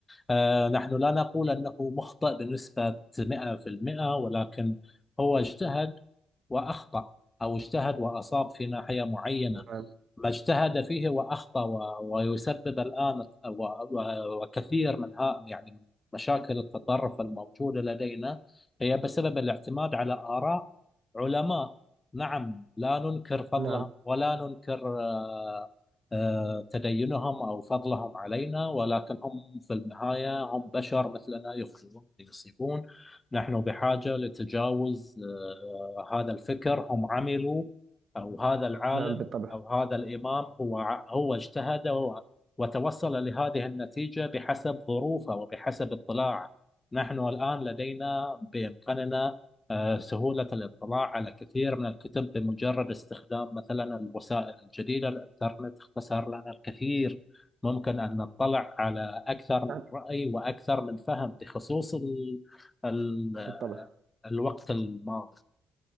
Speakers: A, on the left; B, on the right.
A: آه، نحن لا نقول أنه مخطئ بنسبة 100% ولكن هو اجتهد وأخطأ أو اجتهد وأصاب في ناحية معينة
B: نعم
A: ما اجتهد فيه وأخطأ و- ويسبب الآن و- و- وكثير من ها يعني من مشاكل التطرف الموجودة لدينا هي بسبب الاعتماد على آراء علماء نعم لا ننكر فضلهم
B: نعم
A: ولا ننكر آه، آه، تدينهم أو فضلهم علينا ولكن هم في النهاية هم بشر مثلنا يخطئون ويصيبون نحن بحاجة لتجاوز آه، هذا الفكر هم عملوا أو هذا العالم
B: نعم بالطبع
A: أو هذا الإمام هو هو اجتهد و- وتوصل لهذه النتيجة بحسب ظروفه وبحسب اطلاعه نحن الآن لدينا بإمكاننا آه، سهولة الاطلاع على كثير من الكتب بمجرد استخدام مثلا الوسائل الجديدة الإنترنت اختصر لنا الكثير ممكن أن نطلع على أكثر من
B: نعم
A: رأي وأكثر من فهم بخصوص ال ال
B: بالطبع
A: الوقت الماضي